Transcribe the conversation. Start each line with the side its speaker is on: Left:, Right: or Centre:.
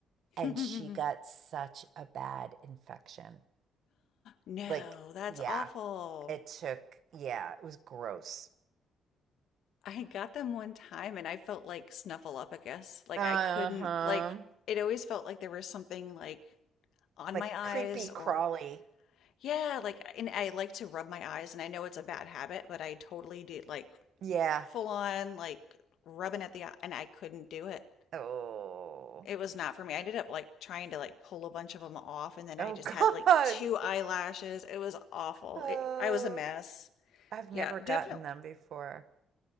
Left: <laughs>
Right: and she got such a bad infection.
Left: No,
Right: Like,
Left: that's
Right: yeah,
Left: awful.
Right: it took, yeah, it was gross.
Left: I got them one time and I felt like Snuffleupagus. Like
Right: Uh
Left: I couldn't,
Right: huh.
Left: like, it always felt like there was something like on
Right: Like
Left: my eyes
Right: creepy crawly.
Left: or Yeah, like and I like to rub my eyes and I know it's a bad habit, but I totally did like
Right: Yeah.
Left: full on like rubbing at the eye and I couldn't do it.
Right: Oh.
Left: It was not for me. I ended up like trying to like pull a bunch of them off and then
Right: Oh,
Left: I just
Right: <laughs>
Left: had like
Right: God.
Left: two eyelashes. It was awful.
Right: Oh.
Left: It, I was a mess.
Right: I've
Left: Yeah,
Right: never gotten
Left: definitely.
Right: them before.